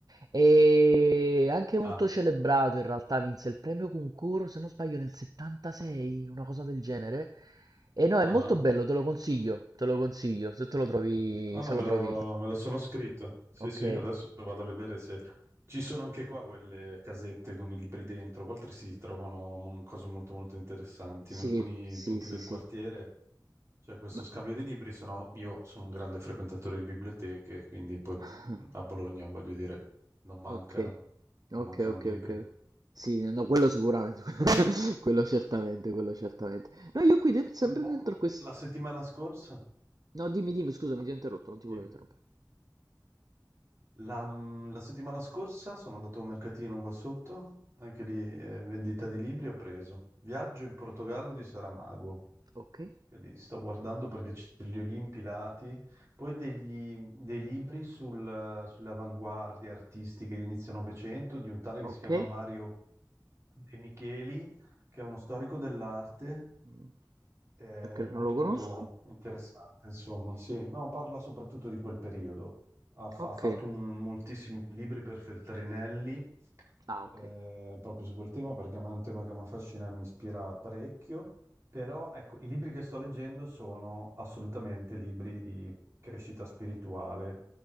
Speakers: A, on the right; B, on the right.
A: E anche
B: Ah,
A: molto celebrato in realtà, vinse il premio concorso, se non sbaglio, nel 76, una cosa del genere. E no, è
B: ah,
A: molto
B: ah.
A: bello, te lo consiglio, te lo consiglio, se te lo trovi,
B: Ah, no,
A: se
B: me
A: lo trovi.
B: lo, me lo sono scritto. Sì,
A: Ok.
B: sì, adesso vado a vedere se... Ci sono anche qua quelle casette con i libri dentro. A volte si trovano mo- cose molto, molto interessanti.
A: Sì,
B: In alcuni
A: sì,
B: punti
A: sì,
B: del
A: sì.
B: quartiere C'è questo
A: Ma...
B: scambio di libri, se no io sono un grande frequentatore di biblioteche, quindi poi
A: <clears throat>
B: mh,
A: <laughs>
B: a Bologna, voglio dire, non mancano,
A: Ok,
B: non
A: ok,
B: mancano
A: ok,
B: libri.
A: ok. Sì, no, quello sicuramente, <laughs> quello certamente, quello certamente. No, io qui dent- sempre
B: Un poco
A: dentro questo...
B: la settimana scorsa,
A: No, dimmi, dimmi, scusami, ti ho interrotto, non ti volevo
B: dimmi.
A: interrompere.
B: La, mh, la settimana scorsa sono andato a un mercatino qua sotto, anche lì eh, vendita di libri, ho preso Viaggio in Portogallo di Saramago,
A: Ok,
B: Li Sto guardando perché c'è gli Olimpi Lati, poi degli- dei libri sul- sulle avanguardie artistiche di inizio Novecento di un tale che
A: ok.
B: si chiama Mario De Micheli, che è uno storico dell'arte,
A: Mm,
B: eh,
A: Ok,
B: molto
A: non lo
B: molto
A: conosco.
B: interessante, insomma. Sì, no, parla soprattutto di quel periodo. Ha, fa-
A: Ok.
B: ha fatto un- moltissimi libri per Feltrinelli
A: Ah, ok.
B: eh, proprio su quel tema perché a me è un tema che mi affascina e mi ispira parecchio, però ecco, i libri che sto leggendo sono assolutamente libri di crescita spirituale,